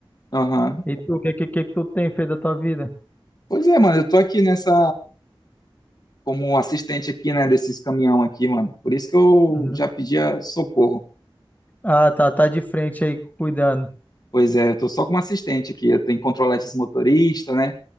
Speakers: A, on the left (about 45°); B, on the left (about 20°).
A: aham.
B: E tu, o que que, que que tu tem feito da tua vida?
A: Pois é, mano, eu tô aqui nessa como assistente aqui, né, desses caminhão aqui, mano. Por isso que eu
B: Uhum.
A: já pedia socorro.
B: Ah, tá, tá de frente aí, cuidando.
A: Pois é, eu tô só como assistente aqui, eu tenho que controlar esses motoristas, né?